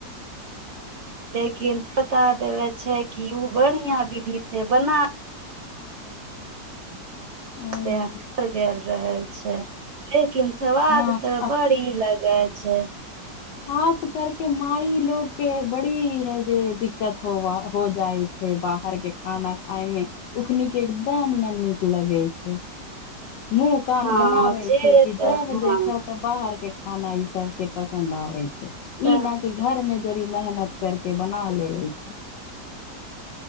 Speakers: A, on the right; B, on the left.
A: <unintelligible> <unintelligible>
B: हूँ
A: ठीक <unintelligible>
B: हँ आ
A: अच्छा
B: <unintelligible> मुँह कान
A: हँ
B: बनाबे
A: जे
B: छै
A: तऽ
B: कि जायब देखे
A: हँ
B: तऽ बाहर के खाना ई सब के पसन्द आबे छै ई
A: तऽ
B: न कि घरमे <unintelligible>